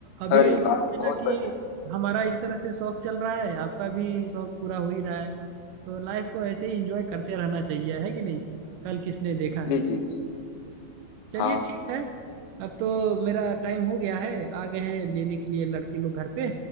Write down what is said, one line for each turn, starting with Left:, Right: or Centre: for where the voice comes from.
Right: अभी
Left: अरे वाह
Right: क्या है
Left: बहुत
Right: ना कि हमारा इस तरह से शौक चल रहा है आपका भी शौक पूरा हो ही रहा है तो लाइफ को ऐसे ही इंजॉय करते रहना चाहिए है कि नहीं कल किसने देखा
Left: बढ़िया
Right: है
Left: जी जी जी
Right: चलिए
Left: हाँ
Right: ठीक है अब तो मेरा टाइम हो गया है आ गए हैं लेने के लिए लड़के लोग घर पे